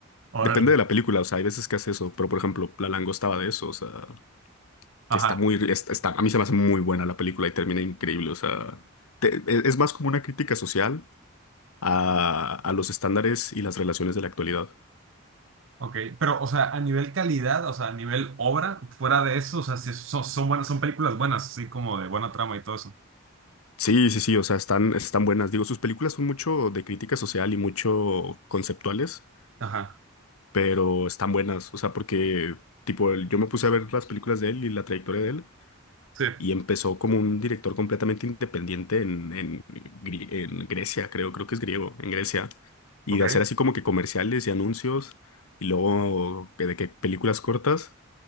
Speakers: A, on the right; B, on the left.
A: Órale.
B: Depende de la película, o sea, hay veces que hace eso, pero por ejemplo, La Langosta estaba de eso, o sea,
A: Ajá,
B: que está muy, está, está- a mí se me hace muy buena la película y termina increíble, o sea, te- e- es más como una crítica social a, a los estándares y las relaciones de la actualidad.
A: ok. Pero, o sea, a nivel calidad, o sea, a nivel obra, fuera de eso, o sea, si son, son buenas, son películas buenas, así como de buena trama y todo eso.
B: Sí, sí, sí, o sea, están, están buenas. Digo, sus películas son mucho de crítica social y mucho conceptuales,
A: Ajá,
B: pero están buenas, o sea, porque, tipo, el- yo me puse a ver las películas de él y la trayectoria de él.
A: sí,
B: y empezó como un director completamente independiente en, en, Gri- en Grecia, creo, creo que es griego, en Grecia, y
A: ok.
B: de hacer así como que comerciales y anuncios, y luego que- de que películas cortas,